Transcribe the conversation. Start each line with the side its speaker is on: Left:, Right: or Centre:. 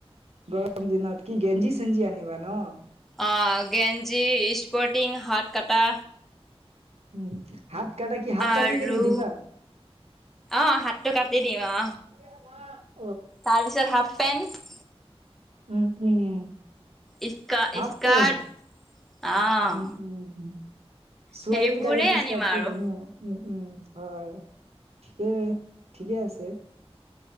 Right: গৰম দিনত কি গেঞ্জি-চেঞ্জি আনিবা ন'।
Centre: অ গেঞ্জী, স্পৰ্টিং, হাত কটা
Right: উম হাত কাটা কি হাত কাটিকিনে
Centre: আৰু
Right: দিবা।
Centre: অ হাতটো কাটি দিম অ।
Right: <inaudible>
Centre: তাৰপিছত হাফপেন্ট,
Right: উম উম
Centre: ইস্কা-ইস্কাৰট
Right: হাফ পেণ্ট
Centre: অ।
Right: উম, উম, ছোৱালীৰ
Centre: সেইবোৰেই
Right: কাৰণে স্কাতটো
Centre: আনিম আৰু
Right: ধুনীয়া। উম উম হয়, ঠিকে ঠিকে আছে।